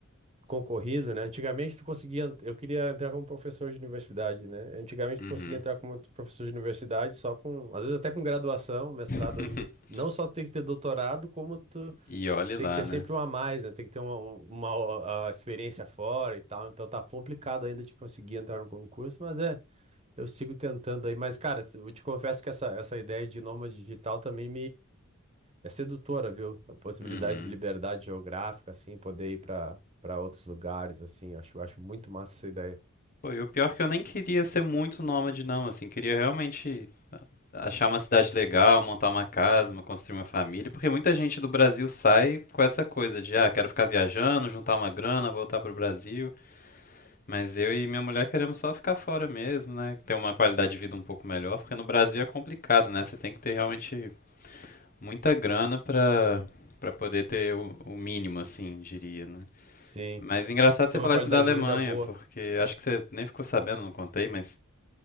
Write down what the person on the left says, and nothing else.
Uhum.
<laughs>
E olhe
lá,
né?
Uhum.
Pô, e o pior é que eu nem queria ser muito nômade, não, assim, queria realmente achar uma cidade legal, montar uma casa, uma- construir uma família, porque muita gente do Brasil sai com essa coisa de, ah, quero ficar viajando, juntar uma grana, voltar pro Brasil. Mas eu e minha mulher queremos só ficar fora mesmo, né? Ter uma qualidade de vida um pouco melhor, porque no Brasil é complicado, né? Você tem que ter realmente muita grana pra, pra poder ter o, o mínimo, assim, diria, né?
Mas engraçado
você falar
isso da Alemanha,
porque acho que você nem ficou sabendo, não contei, mas